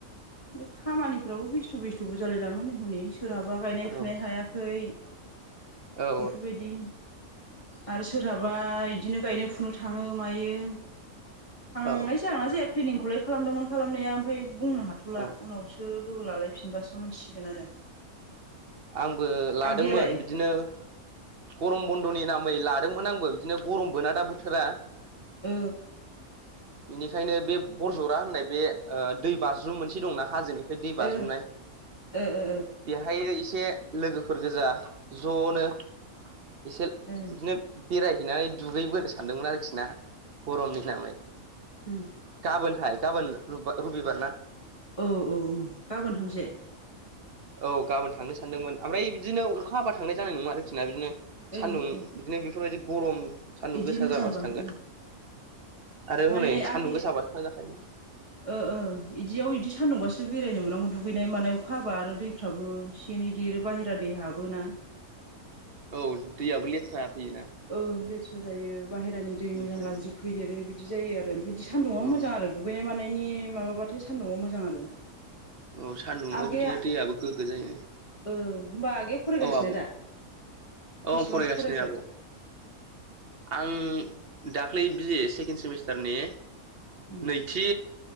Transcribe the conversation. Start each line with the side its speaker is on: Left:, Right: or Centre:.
Left: बे खामानि फोराबो बेस्थ' बेस्थ'बो जालाय लाङो नै हनै सोरहाबा गायनाय
Right: औ
Left: फुनाय हायाखै‌
Right: औ
Left: बेफोरबायदि आरो सोरहाबा इदिनो गायनो फुनो थाङो मायो। थांनाय
Right: औ
Left: जागोनना जाया प्लेनिंखौलाय खालामदोंमोन खालामनाया ओमफ्राय बुंनो हाथ'ला
Right: औ
Left: उनावसो लोगो लालायफिनबासो मिथिसिगोन आरो।
Right: आंबो लादोंमोन
Left: आगैयालाय
Right: बिदिनो गरम बन्द'नि नामै लादोंमोन आंबो बिदिनो गरमबो ना दा बोथोरा।
Left: ओ
Right: बिनिखायनो बे बरजरा होननाय बे दै बाज्रुम मोनसे दंना हाजोनि बे बाज्रुमनाय
Left: ओ ओ
Right: बेहाय एसे लोगोफोर गोजा ज'नो एसे
Left: ओ
Right: बिदिनो बेरायहैनानै दुगैबोनो सानदोंमोन आरोखि ना गरमनि नामै।
Left: उम
Right: गाबोनहाय गाबोन रबि रबिबार ना?
Left: औ औ गाबोन थांसै?
Right: औ गाबोन थांनो सान्दोंमोन। ओमफ्राय बिदिनो अखा हाबा थांनाय जानाय नङा आरोखि ना बिदिनो
Left: ओ
Right: सान्दुं
Left: ओ
Right: बिदिनो बेफोरबायदि गरम। सान्दुं
Left: इदि
Right: गोसा
Left: मोजांबा
Right: जाबासो थांगोन
Left: उम
Right: आरो
Left: माने
Right: हनै सान्दुं
Left: आगै
Right: गोसाबासो थांजाखायोना।
Left: ओ इदियाव इदि सान्दुंबासो बेरायनो मोननांगौ दुगैनाय मानाय अखा हाबा आरो दै फ्राबो एसे एनै देरो बाहेरा दै हाबोना।
Right: औ दैयाबो लेथ्रा फैयोना।
Left: औ लेथ्रा जायो। बाहेरानि दै
Right: ओमफ्राय
Left: मोजां गाज्रि फैदेरो बिदि जायो आरो बिदि सान्दुंआव
Right: औ
Left: मोजां आरो। दुगैनाय मानायनि माबाबाथाय सान्दुंआव मोजां आरो।
Right: औ सान्दुङआव
Left: आगैया
Right: बिदिनो दैयाबो गोग्गो जायो।
Left: ओ होमबा आगैआ फरायगासिनो
Right: औ आब'
Left: दा
Right: औ
Left: बेसेबांसो
Right: आं फरायगासिनो
Left: फरायखो?
Right: आब' आं दाख्लै बि ए सेकेन्ड सेमिस्टारनि
Left: उम
Right: नैथि